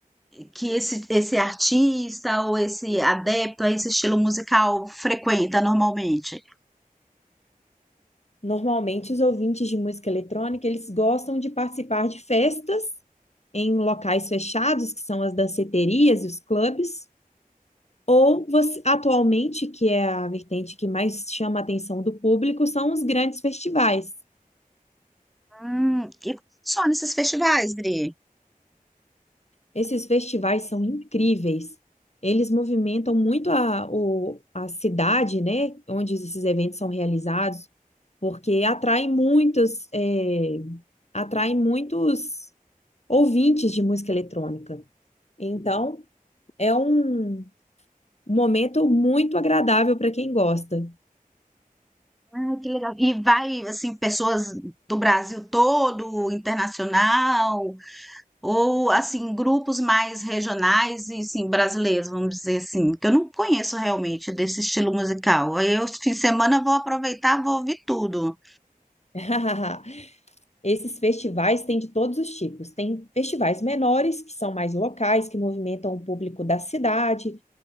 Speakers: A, in the centre; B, on the left.
A: que esse, esse artista ou esse adepto a esse estilo musical frequenta normalmente?
B: Normalmente, os ouvintes de música eletrônica, eles gostam de participar de festas em locais fechados, que são as danceterias e os clubes, ou você- atualmente, que é a vertente que mais chama a atenção do público, são os grandes festivais.
A: Hum, e só nesses festivais, Dri?
B: Esses festivais são incríveis. Eles movimentam muito a, o- a cidade, né, onde esses eventos são realizados, porque atraem muitos, eh, atraem muitos ouvintes de música eletrônica. Então, é um um momento muito agradável para quem gosta.
A: Ah, que legal. E vai assim pessoas do Brasil todo, internacional? Ou, assim, grupos mais regionais e, assim, brasileiros, vamos dizer assim, que eu não conheço realmente desse estilo musical. Aí eu, fim de semana, vou aproveitar, vou ouvir tudo.
B: <laughs> Esses festivais têm de todos os tipos. Tem festivais menores, que são mais locais, que movimentam o público da cidade